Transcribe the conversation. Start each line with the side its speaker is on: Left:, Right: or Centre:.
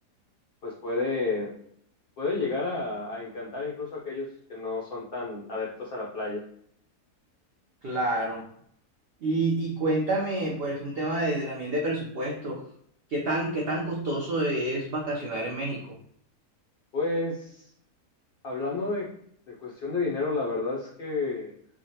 Left: pues puede, puede llegar a, a encantar incluso a aquellos que no son tan adeptos a la playa.
Right: Claro. Y, y cuéntame, pues, un tema de, de también de presupuesto. ¿Qué tan, qué tan costoso es vacacionar en México?
Left: Pues hablando de, de cuestión de dinero, la verdad es que